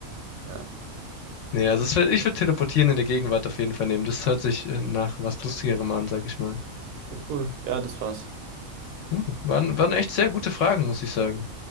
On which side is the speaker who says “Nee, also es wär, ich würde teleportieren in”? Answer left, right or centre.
Left